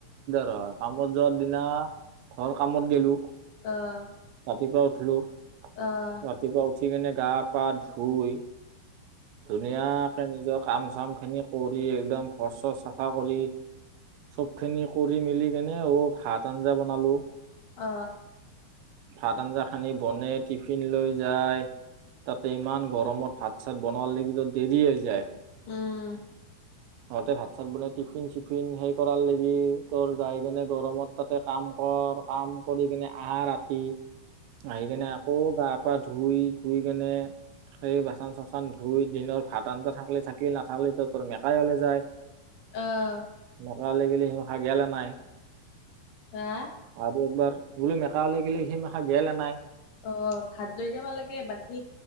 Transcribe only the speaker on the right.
ৰ কামত যোৱাৰ দিনা ধৰ কামত গলো
ৰাতিপুৱা উঠিলো
ৰাতিপুৱা উঠি কেনে গা পা ধুই ধুনীয়াকে নিজৰ কাম চাম খিনি কৰি একদম ঘৰ চচ চাফা কৰি চব খিনি কৰি মেলি কেনে অ ভাত আঞ্জা বনালো
ভাত আঞ্জা খানি বনে টিফিন লৈ যায় তাতে ইমান গৰমত ভাত চাত বনালেকিতো দেৰি হৈ যায়
সহঁতে ভাত চাত বনাই টিফিন চিফিন সেই কৰা লেগি তোৰ যাই কিনে গৰমত তাতে কাম কৰ কাম কৰি কিনে আহা ৰাতি আহি কেনে আকৌ গা পা ধুই ধুই কেনে সেই বাচন চাচন চান ধুই দিনৰ ভাত আনটাা থাকিলে থাকিল নাথাকিলো তোৰ মেকাই ওলে যায়
নকৰা লাগি সেই মাখান গেল এনাই
আৰু একবাৰ বোলো মেকালে গিললে সি মেখা গেলা নাই